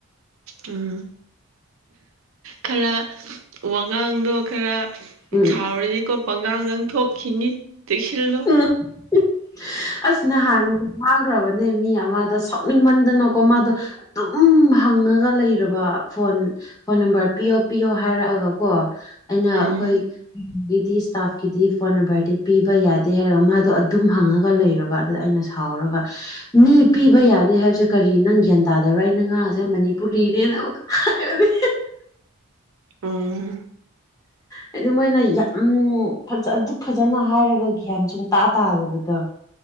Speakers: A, on the right; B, on the left.
A: ꯎꯝ ꯈꯔ ꯋꯥꯉꯥꯡꯗꯣ ꯈꯔ
B: ꯎꯝ
A: ꯁꯥꯎꯔꯗꯤꯀꯣ ꯄꯪꯉꯥꯡ ꯉꯥꯡꯊꯣꯛꯈꯤꯅꯤ ꯆꯦꯛꯁꯤꯜꯂꯨ
B: <unintelligible> ꯑꯁ ꯅꯍꯥꯟ ꯉꯥꯡꯈ꯭ꯔꯕꯅꯦ ꯃꯤ ꯑꯃꯗ ꯁꯥꯎꯅꯤꯡꯃꯟꯗꯅ ꯀꯣ ꯃꯥꯗꯣ ꯗꯨꯝ ꯍꯪꯉꯒ ꯂꯩꯔꯕ ꯐꯣꯟ ꯐꯣꯟ ꯅꯝꯕꯔ ꯄꯤꯌꯣ ꯄꯤꯌꯣ ꯍꯥꯏꯔꯛꯑꯒ ꯀꯣ ꯑꯩꯅ
A: ꯎꯝ
B: ꯑꯈꯣꯏ ꯒꯤꯗꯤꯁ ꯏꯁ꯭ꯇꯥꯐꯀꯤꯗꯤ ꯐꯣꯟ ꯅꯝꯕꯔꯗꯤ ꯄꯤꯕ ꯌꯥ ꯗꯦ ꯃꯥꯗꯣ ꯑꯗꯨꯝ ꯍꯪꯉꯒ ꯂꯩꯔꯕ ꯑꯗꯨꯗ ꯑꯩꯅ ꯁꯥꯎꯔꯒ ꯃꯤ ꯄꯤꯕ ꯌꯥꯗꯦ ꯍꯥꯏꯕꯁꯦ ꯀꯔꯤ ꯅꯪ ꯒ꯭ꯌꯥꯟ ꯇꯥꯗꯕ꯭ꯔꯥ ꯑꯩꯅ ꯉꯥꯡꯑꯁꯦ ꯃꯅꯤꯄꯨꯔꯤꯅꯦꯅ ꯑꯃꯨꯛꯀ ꯍꯥꯏꯕꯅꯤ
A: ꯎꯝ <inaudible>
B: ꯍꯥꯏꯗꯤ ꯑꯗꯨꯃꯥꯏꯟꯅ ꯌꯥꯝ ꯐꯖ ꯑꯗꯨꯛ ꯐꯖꯅ ꯍꯥꯏꯔꯒ ꯒ꯭ꯌꯥꯟ ꯁꯨꯡꯇꯥꯥ ꯇꯥꯗꯕꯗꯣ